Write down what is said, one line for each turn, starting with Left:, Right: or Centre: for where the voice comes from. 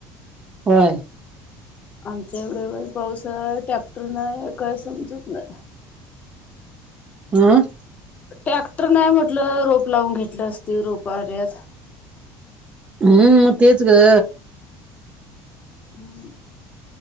Right: होय.
Left: आमच्या तिकडं बाई पावसाळा टॅक्टर नाही काय समजत नाही.
Right: ''आं''
Left: टॅक्टर नाही म्हटलं रोप लावून घेतलं असती रोप आल्यात.
Right: हम् म तेच ग.
Left: हम्म.